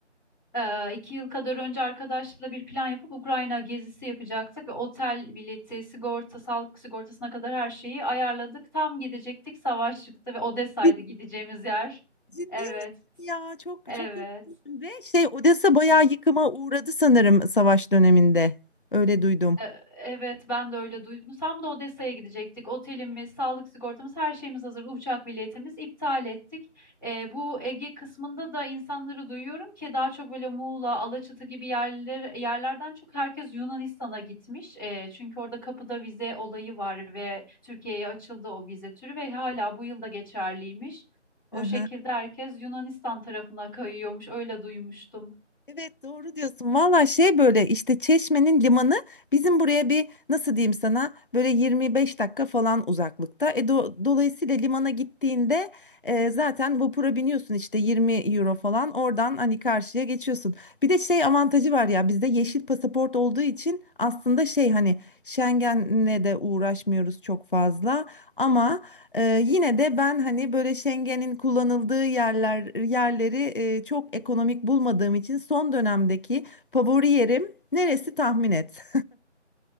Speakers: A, on the left; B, on the left.
A: Ee, iki yıl kadar önce arkadaşla bir plan yapıp Ukrayna gezisi yapacaktık ve otel bileti, sigorta, sağlık sigortasına kadar her şeyi ayarladık. Tam gidecektik, savaş çıktı ve Odessa'ydı
B: Cid-
A: gideceğimiz yer.
B: Ciddi
A: Evet,
B: misin ya? Çok
A: evet.
B: çok üzüldüm. Ve şey Odessa bayağı yıkıma uğradı sanırım savaş döneminde. Öyle duydum.
A: E, Evet ben de öyle duydum. Tam da Odessa'ya gidecektik. Otelimiz, sağlık sigortamız, her şeyimiz hazır. Uçak biletimiz iptal ettik. E, bu Ege kısmında da insanları duyuyorum ki daha çok böyle Muğla, Alaçatı gibi yerler, yerlerden çok herkes Yunanistan'a gitmiş. E, çünkü orada kapıda vize olayı var ve Türkiye'ye açıldı o vize türü ve hala bu yılda geçerliymiş. O
B: Hı hı.
A: şekilde herkes Yunanistan tarafına kayıyormuş. Öyle duymuştum.
B: Evet doğru diyorsun. Valla şey böyle işte Çeşme'nin limanı bizim buraya bir nasıl diyeyim sana böyle 25 dakika falan uzaklıkta. E do- dolayısıyla limana gittiğinde e, zaten vapura biniyorsun işte 20 euro falan oradan hani karşıya geçiyorsun. Bir de şey avantajı var ya bizde yeşil pasaport olduğu için aslında şey hani Schengen'le de uğraşmıyoruz çok fazla ama ee, yine de ben hani böyle Schengen'in kullanıldığı yerler yerleri e, çok ekonomik bulmadığım için son dönemdeki favori yerim neresi tahmin et.